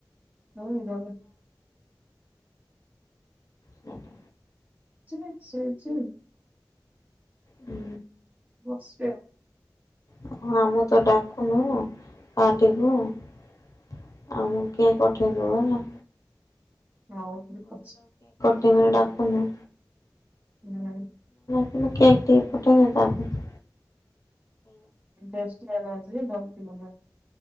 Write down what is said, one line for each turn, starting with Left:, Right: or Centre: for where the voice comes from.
Right: ହଁ ଭାନ <unintelligible>
Left: ହ <inaudible>
Right: ଚିନେ ସେ ସି
Left: ହୁଁ।
Right: ବସି <unintelligible>
Left: ହଁ ଆମକୁ ତ ଡାକୁନୁ। ଆ ଟିକୁ ଆଉ ମୋ କେକ୍ ପଠେଇଦବୁ ହେଲା।
Right: ହଉ ଠିକ୍ ଅଛି।
Left: କେହିବେଳେ ଡାକୁନ।
Right: ନାଇଁ ନାଇଁ
Left: ହେନେ କେକ୍ ଟିକେ ପଠେଇ ଦେ ତା ସାଙ୍ଗ
Right: ଦଶଟା ବାଜିଲେ ବନ୍ଦ କରିବ ଯାଅ।